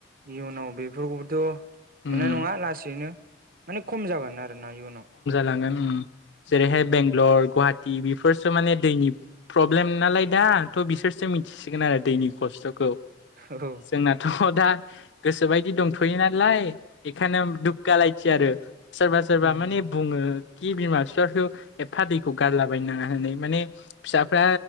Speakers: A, on the right; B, on the left.
A: इयुनाव बेफोरखौबोथ'
B: उम
A: मोननाय नङा लासैनो माने खम जागोन आरोना इयुनाव।
B: थांगोन उम जेरैहाय
A: उम
B: बेंगलर गुवाहाटि बेफोरसो माने दैनि प्रब्लेम नालाय दा थ' बिसोरसो मिथिसिगोन आरो दैनि ख स्थखौ
A: औ ओ
B: जोंनाथ' दा गोसोबायदि दंथ'यो नालाय बेखायनो दुगगालायथि आरो सो रबा
A: उम
B: माने बुङो खि बिमा बिफाखौ एफा दैखौ गारलाबायनाङा होननानै माने फिसाफ्रा